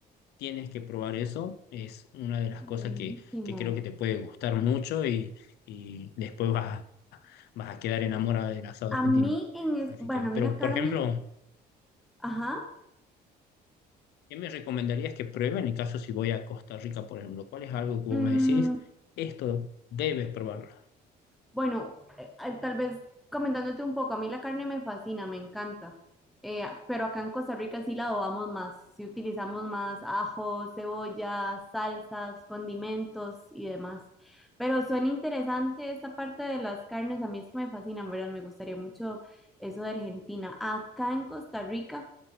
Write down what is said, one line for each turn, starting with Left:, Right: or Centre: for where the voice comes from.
Left: tienes que probar eso, es una de las cosas
Centre: buenísimo.
Left: que, que creo que te puede gustar mucho y, y después vas, a- vas a quedar enamorada del asado
Centre: A
Left: argentino.
Centre: mí en es,
Left: Así
Centre: bueno,
Left: que,
Centre: a
Left: pero
Centre: mí la carne,
Left: por ejemplo...
Centre: ajá.
Left: ¿Qué me recomendarías que pruebe en el caso si voy a Costa Rica, por ejemplo? ¿Cuál es algo que
Centre: mm,
Left: vos me decís? Esto debes probarlo.
Centre: Bueno, eh, eh, tal vez comentándote un poco, a mí la carne me fascina, me encanta, Eh, pero acá en Costa Rica sí la adobamos más, sí utilizamos más ajos, cebollas, salsas, condimentos y demás. Pero suena interesante esta parte de las carnes, a mí es que me fascinan, ¿verdad? Me gustaría mucho eso de Argentina. Acá en Costa Rica.